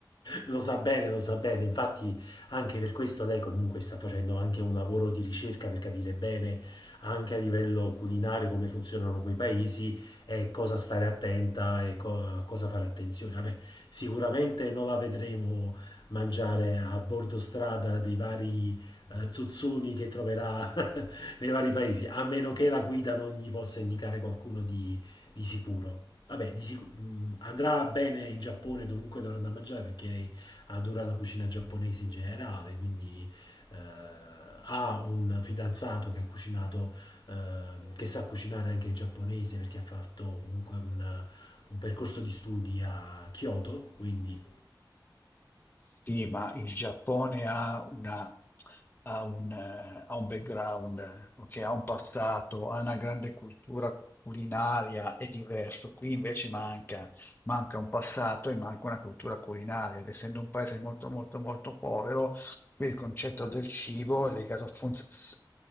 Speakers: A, on the left; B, on the left.
A: <laughs> lo sa bene, lo sa bene. Infatti, anche per questo lei comunque sta facendo anche un lavoro di ricerca per capire bene, anche a livello culinario, come funzionano quei paesi e cosa stare attenta e co- a cosa fare attenzione. Vabbè, sicuramente non la vedremo mangiare a bordo strada dei vari eh, zozzoni che troverà <laughs> nei vari paesi, a meno che la guida non gli possa indicare qualcuno di di sicuro. Vabbè, di sicu- mm, andrà bene in Giappone dovunque dovrà andare a mangiare perché adora la cucina giapponese in generale, quindi eh, ha un fidanzato che ha cucinato, eh, che sa cucinare anche il giapponese perché ha fatto comunque un, un percorso di studi a Kyoto, quindi...
B: Sì, ma il Giappone ha una, ha un, eh, ha un background, eh, ok, ha un passato, ha una grande cultura culinaria, è diverso. Qui invece manca, manca un passato e manca una cultura culinaria, ed essendo un paese molto molto molto povero, Il concetto del cibo è legato fun- s-